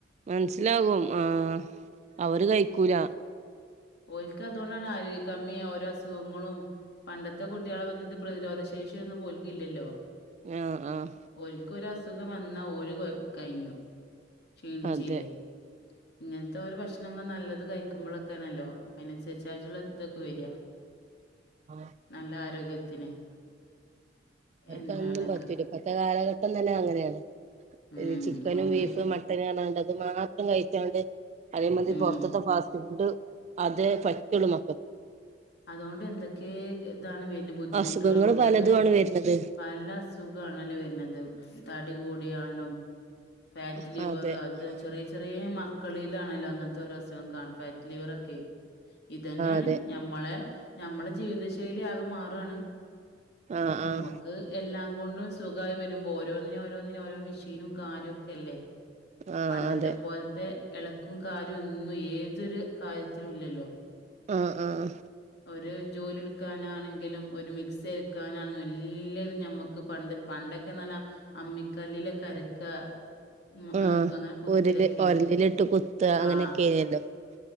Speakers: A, on the right; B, on the left.
A: മനസ്സിലാകും ആഹ് അവര് കയിക്കൂല
B: ഓൽക്കതോണ്ടാണ് ആരോഗ്യകമ്മി ഓരോ അസുഖങ്ങളും പണ്ടത്തെ കുട്ടികളെത് പ്രതിരോധശേഷി ഒന്നും ഓൽക്കില്ലല്ലോ
A: ആഹ് ആഹ്
B: ഓൽക്ക് ഒരു അസുഖം വന്നാ ഓര് കെ കയിഞ്ഞു ക്ഷീണിച്ചില്ലേ
A: അതെ
B: ഇങ്ങനത്തെ ഒരു ഭക്ഷണം നല്ലത് കയിക്കുമ്പോഴൊക്കാണല്ലോ അയിനനുസരിച്ചായിട്ടുള്ള ഇതൊക്കെ വരിക
A: അതെ
B: നല്ല ആരോഗ്യത്തിന്
A: അവർക്കെന്നും
B: എന്താണ്ക്ക
A: പറ്റൂല ഇപ്പത്തെ കാലഘട്ടം തന്നെ അങ്ങനെയാണ്
B: ഉം
A: ചിക്കനും
B: ഓൽക്ക്
A: ബീഫും ണ്ട് അത് മാത്രം കഴിച്ചാണ്ട് അതേ മാതിരി
B: ഉം
A: പുറത്തത്തെ ഫാസ്റ്റ് ഫുഡ് അതെ പറ്റുള്ളൂ മക്ക
B: അതുകൊണ്ട് എന്തൊക്കെ ഇതാണ് പിന്നെ ബുദ്ധിമുട്ടുകൾ
A: അസുഖങ്ങള്
B: കുട്ടികൾക്ക്
A: പലതും ആണ് വരുന്നത്
B: പല അസു സുഖാണല്ലോ വരുന്നത് തടി കൂടിയാണ്ടും ഫാറ്റ്
A: ആഹ്
B: ലിവർ
A: അതെ
B: അത്
A: ആഹ്
B: ചെറിയ ചെറിയ മ കളിയിലാണല്ലോ അങ്ങനത്തെ അസുഖം കാണ ഫാറ്റ് ലിവറൊക്കെ ഇത് തന്നെയാണ്
A: അതെ
B: നമ്മളെ നമ്മളെ ജീവിത ശൈലി ആകെ മാറുവാണ്
A: ആഹ്
B: നമ്മക്ക്
A: ആഹ്
B: ക്ക് എല്ലാം കൊണ്ടും സുഖായി വരുമ്പോ ഓരോന്നിനും ഓരോന്നിനും ഓരോ മെഷീനും കാര്യം ഒക്കെല്ലേ
A: ആഹ്
B: പണ്ടത്തെ
A: അതെ
B: പോലത്തെ ഇളക്കും കാര്യം ഒന്നും ഏതൊരു കാര്യത്തിനും ഇല്ലല്ലോ
A: ആഹ് ആഹ്
B: ഒരു ജോലി എടുക്കാനാണെങ്കിലും ഒരു മിക്സി എടുക്കാനാണെങ്കിലും എല്ലാതും ഞമ്മക്ക് പണ്ട് പണ്ടൊക്കെ നല്ല അമ്മിക്കല്ലിലൊക്കെ അരക്ക മ്
A: ആഹ്
B: ആ അങ്ങന കുത്തലൊക്കെയ്നി
A: ഒരില് ഒരലിലിട്ട് കുത്ത
B: ആഹ്
A: <unintelligible>